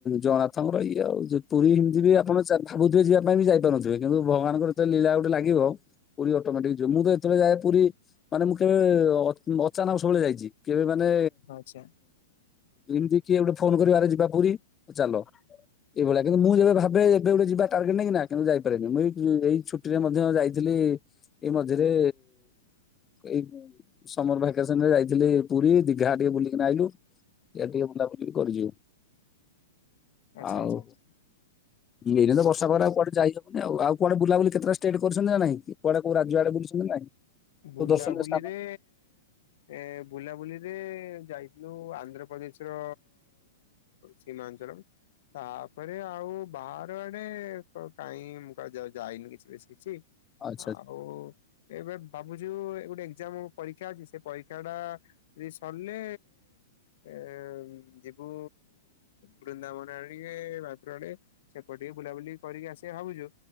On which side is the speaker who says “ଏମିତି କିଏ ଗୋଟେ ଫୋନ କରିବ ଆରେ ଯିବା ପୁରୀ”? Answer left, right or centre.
Left